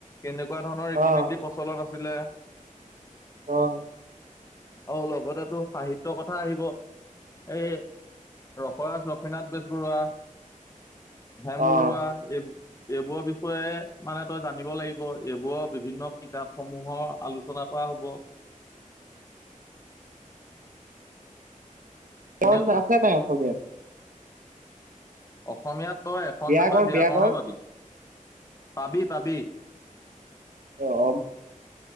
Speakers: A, on the left; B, on the right.
A: কেনেকুৱা ধৰণৰ
B: অ
A: ৰীতি নীতি প্ৰলন আছিল। লে
B: অহ
A: অ লগতে টোৰ সাহিত্যয়ৰ কথা আহিব। এই ৰসৰাজ লক্ষীনাথ বেজবৰুৱা। হেম
B: অ
A: বৰুৱা। এই এইবোৰৰ বিষয়ে মানে তই জানিব লাগিব এইবোৰৰ বিভিন্ন কিতাপ সমূহৰ আলোচনা কৰা হব।
B: কাৰণ
A: এনেকুৱা
B: আছে নাই <unintelligible>
A: অসমীয়াত তই এখন
B: ব্যাকৰণ
A: পেপাৰ ব্যয়াকৰণৰ
B: ব্যাকৰণ
A: পাবি। পাাবি-পাাবি।
B: অহ